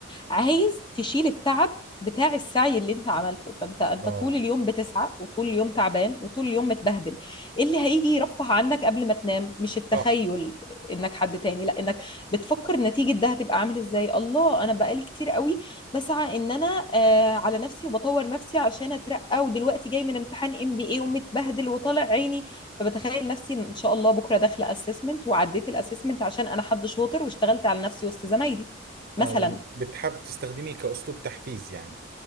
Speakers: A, on the left; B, on the right.
A: عايز تشيل التعب بتاع السعي اللي انت عملته فانت انت
B: اه
A: طول اليوم بتسعى وطول اليوم تعبان وطول اليوم متبهدل ايه اللي هيجي يرفه عنك قبل ما تنام مش التخيل
B: صح
A: انك حد تاني لا انك بتفكر نتيجة ده هتبقى عامل ازاي الله انا بقالي كتير قوي بسعى ان انا آه على نفسي وبطور نفسي عشان اترقى ودلوقتي جاي من امتحان ام بي اي ومتبهدل وطالع عيني فبتخيل نفسي ان شاء الله بكره داخله اسسمنت وعديت الاسسمنت عشان انا حد شاطر واشتغلت على نفسي وسط زمايلي مثلا
B: اه يعني بتحب تستخدميه كاسلوب تحفيز يعني